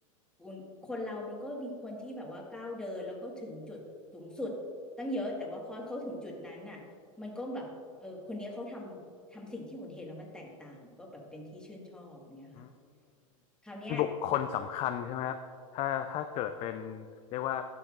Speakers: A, in the centre; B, on the left (about 35°).
A: อุ่นคนเรามันก็มีคนที่แบบว่าก้าวเดินแล้วก็ถึงจุดสูงสุดตั้งเยอะแต่ว่าพอเขาถึงจุดนั้นน่ะมันก็แบบ เออคนเนี้ยเขาทำทำสิ่งที่อุ่นเห็นแล้วมันแตกต่างก็แบบเป็นที่ชื่นชอบเงี้ยค่ะ
B: อืมเป็นบุคคลสำคัญใช่ไหมครับถ้าถ้าเกิดเป็น
A: คราวเนี้ย
B: เรียกว่า